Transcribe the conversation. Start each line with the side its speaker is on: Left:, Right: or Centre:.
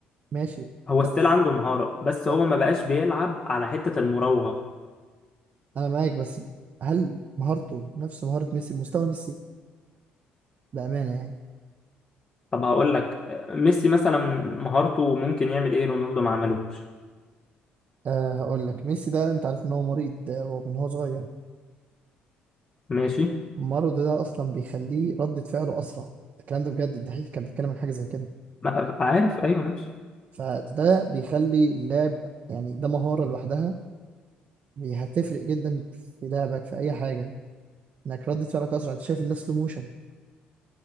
Right: ماشي
Left: هو
Right: بس
Left: ستيل عنده مهارة بس
Right: بس-
Left: هو ما بقاش بيلعب على حتة المراوغة
Right: انا معاك بس هل مهارته نفس مهاره ميسي بمستوى ميسي بامانه يعني
Left: طب هقول لك آه، ميسي مثلا مهارته ممكن يعمل ايه رونالدو ما عملوش
Right: أه هقول لك ميسي ده انت عارف ان هو مريض آه، من هو صغير
Left: ماشي
Right: المرض ده اصلا بيخليه ردة فعله اسرع الكلام ده بجد الدحيح كان بيتكلم عن حاجة زي كده
Left: ما- عارف ايوه ماشي
Right: فده بيخلي اللاعب يعني ده مهارة لوحدها بي- هتفرق جدا في لعبك في اي حاجة انك ردة فعلك اسرع انت شايف الناس سلو موشن